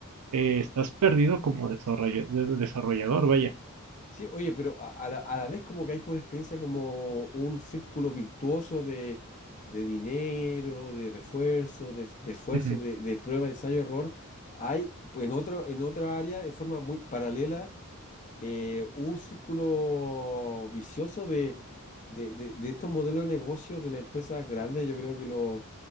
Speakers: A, on the right; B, on the left.
A: eh, estás perdido como desarrolla- de- desarrollador, vaya.
B: Sí, oye, pero a, a la, a la vez como que hay como una experiencia como un círculo virtuoso de, de dinero, de refuerzo, de, de esfuerzo,
A: Ujú,
B: de, de prueba, ensayo, error. Hay pues, en otro, en otra área, en forma muy paralela eh, un círculo vicioso de, de, de- de estos modelos de negocio de las empresas grandes. Yo creo que lo-